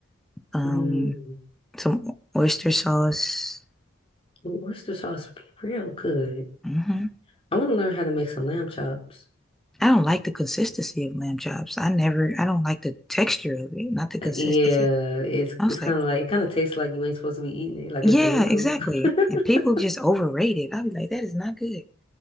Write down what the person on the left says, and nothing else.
Mm.
w- Worcester sauce would be real good.
I want to learn how to make some lamb chops.
Uh, Yeah, it's
it's kind
of like it kind of tastes like you ain't supposed to be eating it, like
it's illegal.
<laughs>